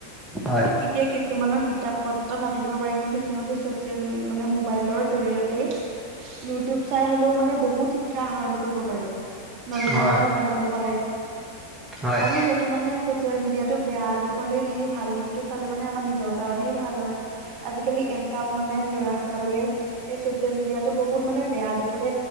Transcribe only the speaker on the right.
এতিয়া কিছুমানৰ কিতাপ পত্ৰ নাথাকিব পাৰে কিন্তু সিহঁতে ছচিয়েল মানে মোবাইলৰ জৰিয়তে ইউটিউব চাই হলেও মানে বহুত শিক্ষা আহৰণ কৰিব পাৰে নজনা
কথা জানিব পাৰে
আমি সেইটো মানে ছচিয়েল মিডিয়াটো বেয়া দি নিনি ভাল দিশতটো চালে মানে আমাৰ নিজৰ কাৰণেই ভাল হয় আজিকালি এ চব মানে ল'ৰা ছোৱালীয়ে এই ছচিয়েল মিডিয়াটো বহুত মানে বেয়া দিশলে